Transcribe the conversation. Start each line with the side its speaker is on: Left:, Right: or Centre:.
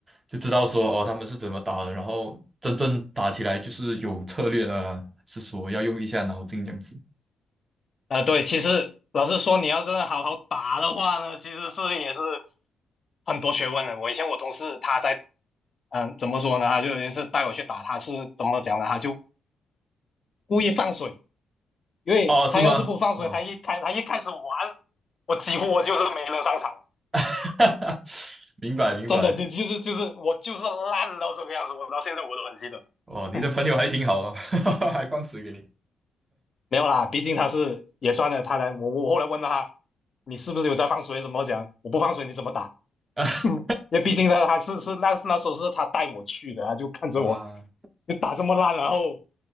Right: 就知道说哦他们是怎么打的，然后真正打起来就是有策略了，是说要用一下脑筋这样子
Left: 呃，对，其实老实说，你要真的好好打的话呢，其实是也是很多学问的。我以前我同事他在，嗯、怎么说呢？他就也是带我去打，他是怎么讲呢？他就故意放水，因为他要是不放水，
Right: 啊，是吗？啊，
Left: 他一开他一开始玩，我几乎我就是没能上场，
Right: <laughs> 明白明白，
Left: 真的，就就是就是我就是烂到这个样子，我到现在我都很记得。
Right: 哦，
Left: <laughs>
Right: 你的朋友还挺好啊，
Left: 嗯，
Right: <laughs> 还放水给你
Left: 没有啦，毕竟他是也算了，他来我我后来问了他，你是不是有在放水？怎么讲？我不放水你怎么打？
Right: <laughs>
Left: <laughs> 嗯，也毕竟呢，还是是那那时候是他带我去的，他就看着我
Right: 啊，
Left: 就打这么烂，然后